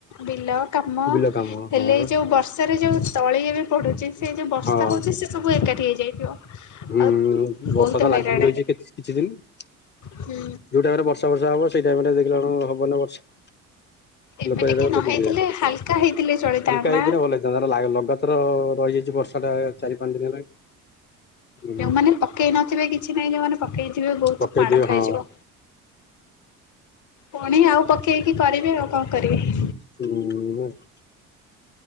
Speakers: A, on the left; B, on the left.
A: ବିଲ କାମ
B: ବିଲ କାମ
A: ହେଲେ
B: ହଁ ବା
A: ଏ ଯୋଉ ବର୍ ବର୍ଷା ରେ ଯଉ ତଳି ଏବେ ପଡ଼ୁଚି ସେ ଯଉ ବର୍ଷା
B: ହଁ।
A: ହଉଚି ସେ ସବୁ ଏକାଠି ହେଇଯାଇଥିବ।
B: ହୁଁ,
A: ଆଉ
B: ବର୍ଷା
A: ବହୁତ
B: ତ
A: ହଇରାଣ
B: ଲାଗିକି ରହିଚି
A: ହେଲେ
B: କିଛି କିଛି ଦିନି। ଯୋଉ
A: ହୁଁ।
B: ଟାଇମ୍ ରେ ବ <unintelligible> ସେଇ ଟାଇମ୍ ରେ ଦେଖିଲା ବେଳକୁ ହବନି ବର୍ଷା।
A: ଏବେ
B: ଲୋକ
A: ଟିକେ
B: ଯେତେବେଳେ
A: ନ
B: ଖୋଜିଥିବେ।
A: ହେଇଥିଲେ ହାଲକା ହେଇଥିଲେ ଚଳିଥାନ୍ତା
B: ହାଲକା ହେଇଥିଲେ ଭଲ ହେଇ <unintelligible> ଲଗାତାର ରହିଯାଇଚି ବର୍ଷା ଟା ଚାରି ପାଞ୍ଚ ଦିନ ହେଲାଣି। ହୁଁ
A: ଯେଉଁମାନେ ପକେଇ ନଥିବେ କିଛି ନାଇଁ ଯେଉଁମାନେ ପକେଇ ଥିବେ ବହୁତ୍
B: ପକେଇଥିବେ
A: ମାଡ଼ ଖାଇଯିବ।
B: ହଁ
A: ପୁଣି ଆଉ ପକେଇକି କରିବେ ଆଉ କଣ କରିବେ।
B: <unintelligible> <unintelligible>